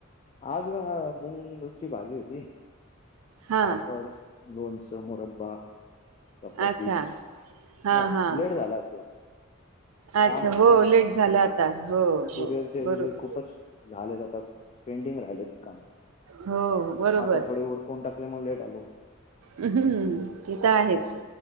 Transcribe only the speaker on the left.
आज ना मूंगूपची भाजी होती
पापड लोनच मुरब्बा चपाती
बास
लेट झाला आज जेवण.
काम होतं
ना आज
कुरिअरचे
जे खूपच झालेत आता पेंडिंग राहिलेत काम.
आता थोडे उरकून टाकले मग लेट आलो.